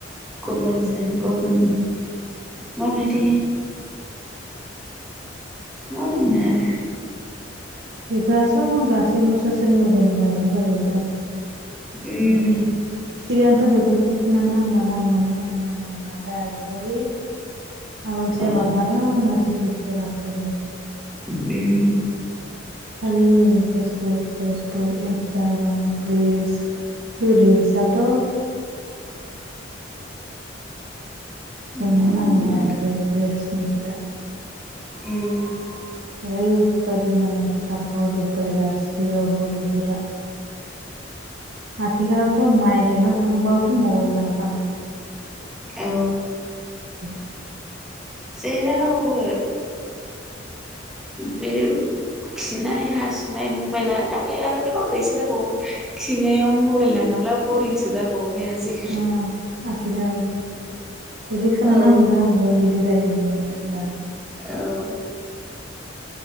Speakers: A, in the centre; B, on the right.
A: गुबुनजों गुबुन माबायदि मा बुंऩो आरो
B: बेफोरो सफ गासैबो ससियेल मिडियानि दारनो जाजोबदों
A: उम
B: बेफोरा सिगांथ' बेफोरखौ खोनानो मोनामोन नुुनोनो मोनामोन नाथाय आजिखालि आगानसे
A: औ
B: बारबानो नुसै बेफोरखौ गासैखौबो।
A: उम
B: खालि फेसबुक फेसबुक इन्सटाग्राम रिल्स बे रिल्स आथ' बुंनोनो
A: मा
B: नांला
A: बुंनो
B: आरो द रिल्सनि खोथा।
A: उम
B: ओरैबायदि माने सारफावजोब्बाय गासैयावबो बेफोरा आथिखालावथ' माइ गायनो थांबाबो मबाइल लांफानाय।
A: औ
B: <unintelligible>
A: जेरावबो बे खिनाय हासुनाय मबाइलानो थाखायो आरोथ' एसे जाबावो खिनायाव मबाइल लाङाब्ला बरिंसो जाबावो नङासै आ
B: ओ आथिखाल बिदि खोनाना
A: औ
B: मोनदों। ओ बिदि जायो होननानै दानो
A: औ